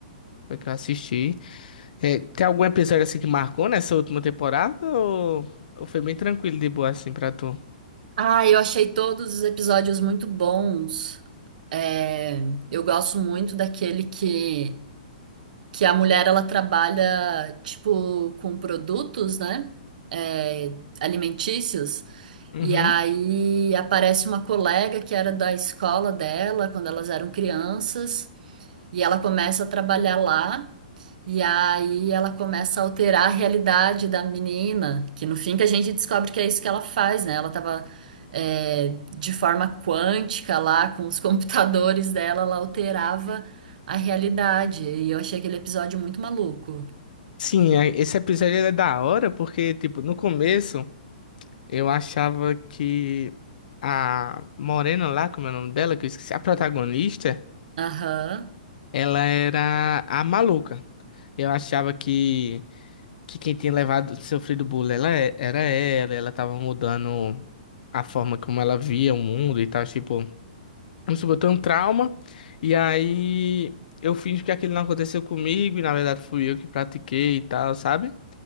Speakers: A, on the left (about 70°); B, on the right (about 65°).
A: foi que eu assisti. É, tem algum episódio assim que marcou nessa última temporada ou, ou foi bem tranquilo de boa assim pra tu?
B: Ah, eu achei todos os episódios muito bons. É, eu gosto muito daquele que, que a mulher ela trabalha tipo com produtos, né? É, alimentícios.
A: Uhum.
B: E aí aparece uma colega que era da escola dela quando elas eram crianças e ela começa a trabalhar lá. E aí ela começa a alterar a realidade da menina, que no fim que a gente descobre que é isso que ela faz, né? Ela tava é, de forma quântica lá, com os <laughs> computadores dela, ela alterava a realidade. E eu achei aquele episódio muito maluco.
A: Sim, é- esse episódio ele é da hora porque, tipo, no começo eu achava que a Morena lá, como é o nome dela, que eu esqueci, a protagonista,
B: Aham,
A: ela era a maluca. Eu achava que, que quem tinha levado, sofrido bullying ela, é- era ela, ela tava mudando a forma como ela via o mundo e tal, tipo. Vamos supor, eu tenho um trauma, e aí eu finjo que aquilo não aconteceu comigo, e na verdade fui eu que pratiquei e tal, sabe?